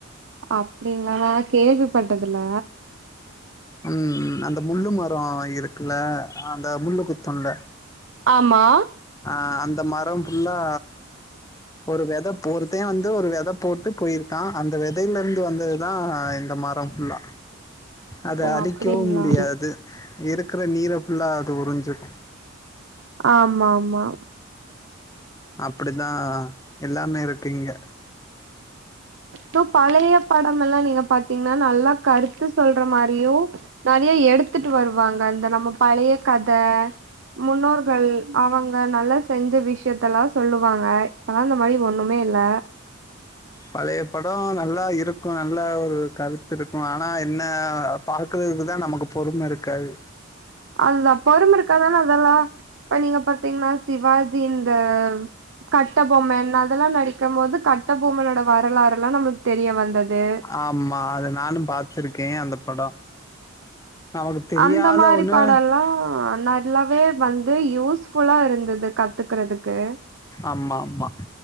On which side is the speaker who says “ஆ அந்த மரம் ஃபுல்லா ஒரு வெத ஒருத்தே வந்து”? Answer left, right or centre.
Left